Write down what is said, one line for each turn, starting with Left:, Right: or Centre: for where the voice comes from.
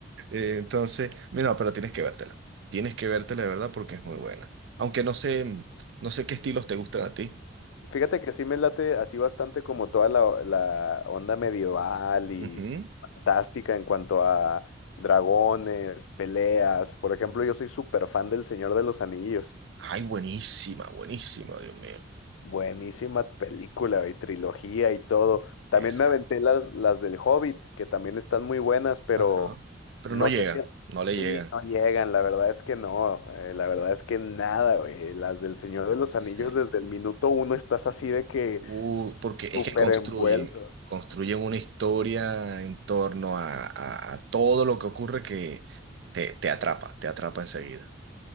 Right: Eh, Entonces, mira, pero tienes que vértela. Tienes que vértela de verdad porque es muy buena. Aunque no sé, no sé qué estilos te gustan a ti.
Left: Fíjate que sí me late así bastante como toda la, la onda medieval y
Right: Ujú.
Left: fantástica en cuanto a dragones, peleas. Por ejemplo, yo soy súper fan del Señor de los Anillos.
Right: Ay, buenísima, buenísima, Dios mío.
Left: Buenísima película y trilogía y todo. También
Right: Exacto.
Left: me aventé las, las del Hobbit, que también están muy buenas, pero
Right: Ajá. Pero
Left: no
Right: no llegan,
Left: sé si...
Right: no le
Left: Sí,
Right: llegan.
Left: no llegan, la verdad es que no, eh, la verdad es que nada, güey. Las del Señor de los Anillos,
Right: Sí.
Left: desde el minuto uno estás así de que
Right: Uh, porque
Left: súper
Right: es que construyen,
Left: envuelto.
Right: construyen una historia en torno a, a- a todo lo que ocurre que te, te atrapa, te atrapa enseguida.